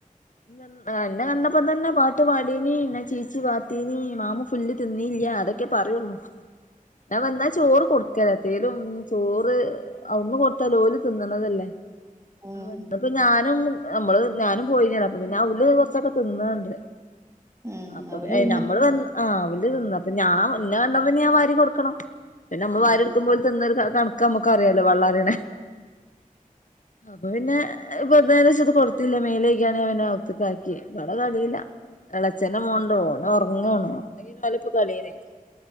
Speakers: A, on the left; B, on the right.
A: ഇന്നെ കണ്ടപ്പോ തന്നെ പാട്ട് പാടീനി ഞാൻ ചീച്ചി പാത്തിനി മാമു ഫുല്ല് തിന്നീല്ല അതൊക്കെ പറയുള്ളൂ ഞാൻ വെന്നാ ചോറ് കൊട് കെരത്തേലും ചോറ് അവ്ട്ന്ന് കൊടുത്തല്ലെ ഓല് തിന്ന്ണതല്ലേ
B: ആഹ്
A: അ പ്പൊ ഞാനും ഞമ്മള് ഞാനും പോയിനൊല്ലോ അപ്പൊ പിന്നെ അവല് കൊർച്ചൊക്കെ തിന്നണ്ട്
B: ആഹ്
A: അപ്പൊ
B: അവല് തിന്ന
A: നമ്മള് വന്ന് ആ അവല് തിന്ന് അപ്പൊ ഞാൻ ന്നെ കണ്ടപ്പ ഞ്ഞി ഞാൻ വാരി കൊടുക്കണം പിന്നെ നമ്മള്
B: ആഹ്
A: വാരിട്ക്ക്മ്പോ ഓല് തിന്നൊരു കണക്കമ്മക്കറിയാലോ പള്ളറിണെ അപ്പൊ പിന്നെ വന്നേനെശത് കൊടുത്തില്ല മേലേക്യാണ്ട് ഞാൻ പിന്നെ ഔത്ത്ക്കാക്കി വടെ കളില ച്ഛനും മോനുണ്ട് ഓനോറങ്ങാണ് ഓന്ണ്ടെങ്കി ഓലൊപ്പം കളിലേക്കാരം